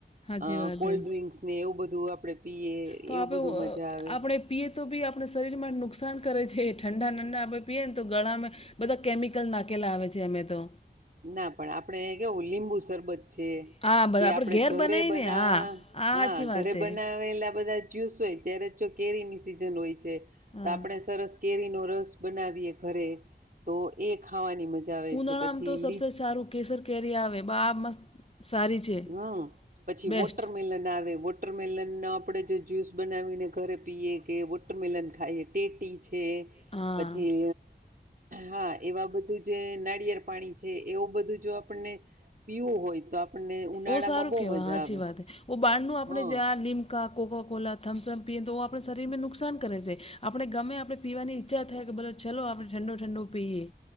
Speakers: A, on the left; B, on the right.
A: હાચી
B: અ
A: વાત
B: કોલ્ડ
A: હે.
B: ડ્રિંક્સ ને એવું બધું આપડે પીએ
A: તો આપણે
B: એવું બધું મજા આવે.
A: આપણે પીએ તો બી આપણા શરીરમાં નુકસાન કરે છે, ઠંડા નંડા આપણે પીએ ને તો ગળામાં બધા કેમિકલ નાખેલા આવે છે અમે તો
B: ના પણ આપડે કેવું લીંબુ સરબત છે
A: હા બસ
B: કે આપડે
A: ઘેર
B: ઘરે
A: બનાવી
B: બના
A: ને હા આ સાચી
B: હા
A: વાત
B: ઘરે
A: હે
B: બનાવેલા બધા જ્યુસ હોય ત્યારે જો કેરી ની સિઝન હોય છે
A: હા
B: તો આપણે સરસ કેરીનો રસ બનાવીએ ઘરે, તો એ ખાવાની મજા આવે
A: ઉનાળામાં
B: છે પછી.
A: તો સબથી
B: લીચ
A: સારું કેસર કેરી આવે બા મસ્ત સારી છે
B: હમ પછી
A: બેસ્ટ
B: વોટર મિલન આવે વ વોટરમેલનનો આપણે જો જ્યુસ બનાવીને ઘરે પીએ કે વોટરમેલન ખાઈએ ટેટી છે.
A: હા
B: પછી હા એવા બધું જે નાળિયેળ પાણી છે એવું બધું જો આપણને પીવું હોય તો આપણને ઉનાળા
A: ઓ સારું
B: માં બહુ
A: કહેવાય
B: મજા
A: સાચી
B: આવે.
A: વાત હે. ઓ બાઢનું આપણે
B: હ
A: જ્યાં લીમ કકા કોકા કોલા થમસમ પીએ તો આપણા શરીરને નુકસાન કરે છે, આપણે ગમે આપણે પીવાની ઈચ્છા થાય કે બ ચાલલો આપણે ઠંડો ઠંડો પીએ